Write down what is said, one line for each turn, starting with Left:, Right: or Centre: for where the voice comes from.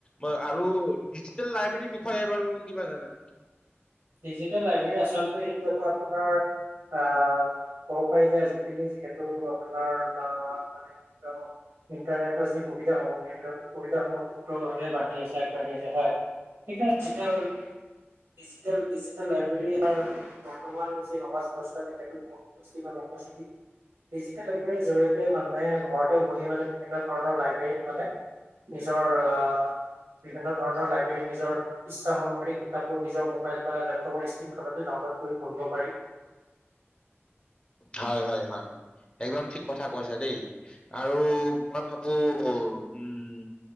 Left: মই আৰু ডিজিটেল লাইব্ৰেৰীৰ বিষয়ে বাৰু কিবা জানা নেকি?
Right: ডিজিটেল লাইব্ৰেৰী আচলতে এইটো এটা আপোনাৰ- আহ ক'ব পাৰি যে আজিকালি যিহেতু আপোনাৰ বা মানে কি কয় - ইণ্টাৰনেটৰ যি সুবিধাসমূহ সেইটো সুবিধাসমূহ দ্ৰুতভাৱে বাঢ়ি আছে, আগবাঢ়ি আছে হয়। <unintelligible> ডিজিটেল ডিজিটেল লাইব্ৰেৰীয়াৰ বৰ্তমান যি সমাজ ব্যৱস্থা সেইটো বহুত- <unintelligible> ডিজিটেল লাইব্ৰেৰীৰ জৰিয়তে মানুহে ঘৰতে বহি মানে বিভিন্ন ধৰণৰ লাইব্ৰেৰীত মানে- নিজৰ আ- বিভিন্ন ধৰণৰ লাইব্ৰেৰীত নিজৰ ইচ্ছা অনুসৰি কিতাপবোৰ নিজৰ- মোবাইল বা লেপটপৰ স্ক্ৰীণখনতে ডাউনলোড কৰি পঢ়িব পাৰি।
Left: হয়, হয়, হয় একদম ঠিক কথা কৈছা। দেই আৰু মই ভাবো উম